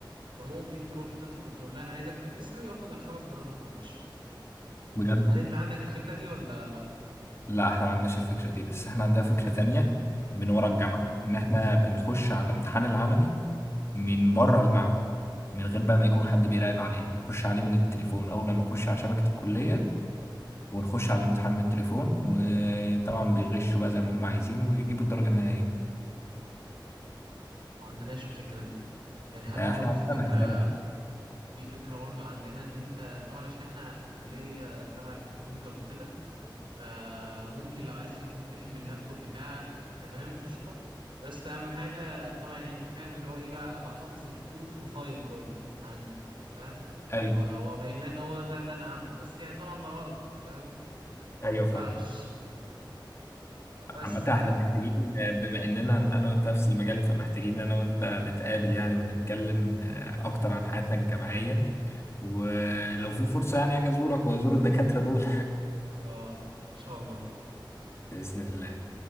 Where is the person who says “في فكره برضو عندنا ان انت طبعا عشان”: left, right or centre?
Right